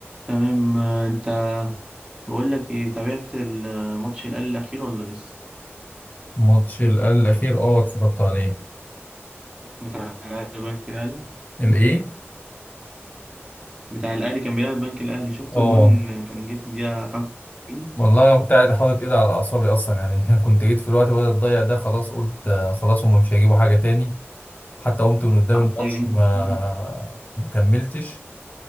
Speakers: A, on the right; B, on the left.
A: تمام آه، انت بقول لك ايه تابعت الماتش الاهلي الاخير ولا لسه
B: ماتش ال- الأخير اه اتفرجت عليه
A: بتاع البنك الاهلي
B: الإيه؟
A: بتاع الاهلي كان بيلعب البنك الاهلي شفت
B: اه
A: الجون كان جه في الدقيقه 25
B: والله أنا كنت قاعد حاطط إيدي على أعصابي أصلا يعني <laughs> أنا كنت جيت في الوقت بدأت تضيع ده خلاص قلت آه، خلاص هما مش هيجيبوا حاجة تاني حتى قمت من قدام
A: حرفيا
B: الماتش ما
A: <laughs>
B: ما كملتش